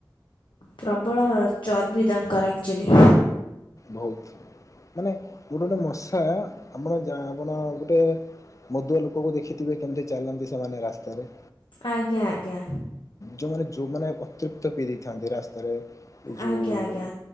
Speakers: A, on the left; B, on the left.
A: ପ୍ରବଳ ଚର୍ବି ତାଙ୍କର ଆକ୍ଚୁଆଲି।
B: ବହୁତ ମାନେ ଗୋଟେ ଗୋଟେ ମଶା ଆମର ଯା ଆପଣ ଗୋଟେ ମଦୁଆ ଲୋକୁ ଦେଖିଥିବେ କେମିତି ଚାଲନ୍ତି ସେମାନେ ରାସ୍ତାରେ।
A: ଆଜ୍ଞା ଆଜ୍ଞା।
B: ଯୋଉମାନେ ଯୋଉମାନେ ଅତରିକ୍ତ ପିଇ ଦେଇଥାନ୍ତି ରାସ୍ତାରେ ଏ ଯୋଉ
A: ଆଜ୍ଞା ଆଜ୍ଞା